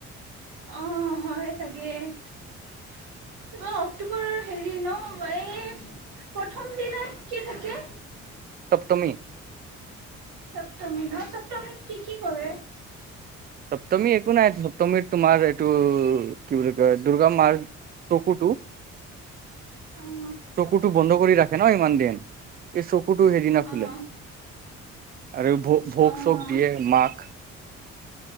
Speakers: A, on the right; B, on the right.
A: অ' হয় চাগে। অক্টোবৰ হেৰি ন, এই প্ৰথম দিনত কি থাকে?
B: সপ্তমী।
A: সপ্তমী ন? সপ্তমীত কি কি কৰে?
B: সপ্তমী একো নাই। সপ্তমীত তোমাৰ এইটো কি বুলি কয় দুৰ্গা মাৰই চকুটো,
A: অ'
B: চকুটো বন্ধ কৰি ৰাখে ন ইমান দিন। এই চকুটো হেইদিনা খুলে।
A: অ'
B: আৰু ভোগ
A: অ'
B: চোধ দিয়ে মাক।